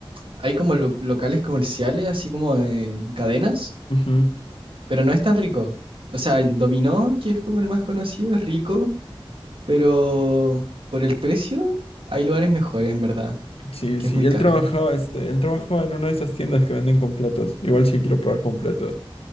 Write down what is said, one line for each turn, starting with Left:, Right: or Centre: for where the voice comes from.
Right: hay como lo- locales comerciales, así como eh, cadenas,
Left: Ujú.
Right: pero no es tan rico. O sea, el dominó, que es como el más conocido, es rico, pero por el precio hay lugares mejores, en verdad,
Left: Sí,
Right: que
Left: sí,
Right: es muy
Left: él
Right: caro.
Left: trabajaba, este, él trabajaba en una de esas tiendas que venden completos. Igual sí quiero probar completos.